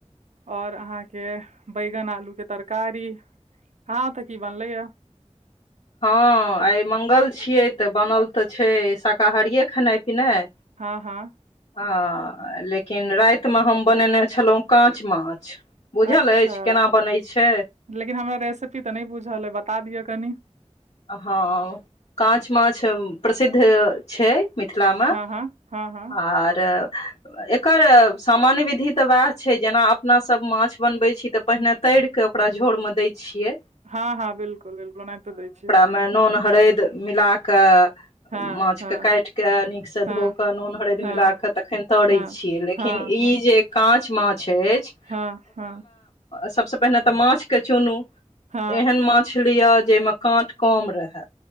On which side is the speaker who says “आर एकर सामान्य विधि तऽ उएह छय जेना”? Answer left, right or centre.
Left